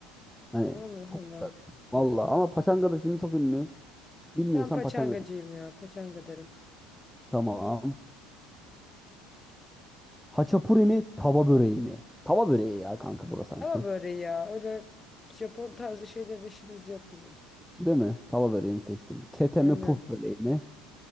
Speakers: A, in the centre; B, on the left (about 20°).
A: Yani
B: Allah
A: çok
B: Allah.
A: güzel. bir şey. Vallahi ama paçanga da şimdi çok ünlü. Bilmiyorsan
B: Ben paçangacıyım
A: paçanga. değil.
B: ya. Paçanga derim.
A: Tamam. Haçapuri mi tava böreği mi? Tava böreği ya kanka burası sanki.
B: Ama böreği ya. Öyle Japon tarzı şeyler işimiz yok bizim.
A: Değil mi? Tava böreğini seçtim. Kete
B: Aynen.
A: mi puf böreği mi?